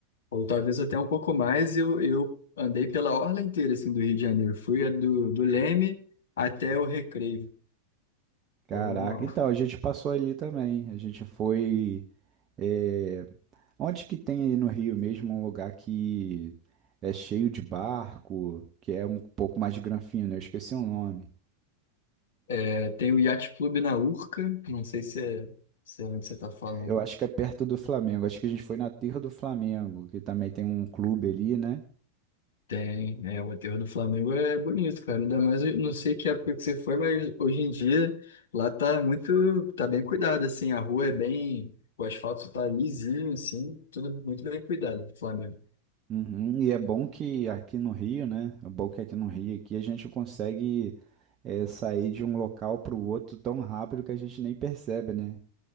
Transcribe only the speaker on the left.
ou talvez até um pouco mais. Eu, eu andei pela orla inteira assim, do Rio de Janeiro. Fui a do, do Leme até o Recreio.
Foi um-
É, tem o Yacht Clube na Urca, não sei se é, se é onde você tá falando.
Tem, é, o aterro do Flamengo é bonito, cara. Ainda mais, eu não sei que época que você foi, mas hoje em dia lá tá muito, tá bem cuidado, assim. A rua é bem, o asfalto tá lisinho, assim, tudo muito bem cuidado do Flamengo.